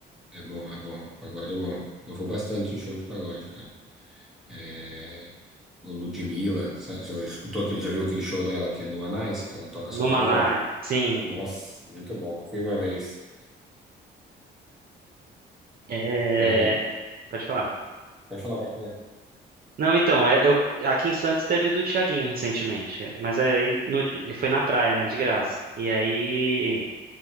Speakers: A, in the centre; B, on the right.
A: É bom, é bom. Pagode é bom. Eu vou bastante em show de pagode, cara. É, o Ludmilla, sabe, já escutou, aquele- já viu aquele show dela que é no Anais, que ela toca
B: no
A: só pagode?
B: Maná. sim.
A: Nossa, muito bom. Fui uma vez.
B: É,
A: Tem.
B: Pode falar.
A: Pode falar, pode falar.
B: Não, então, é, eu, aqui em Santos teve do Thiaguinho recentemente, é, mas aí no di- foi na praia, né, de graça. E aí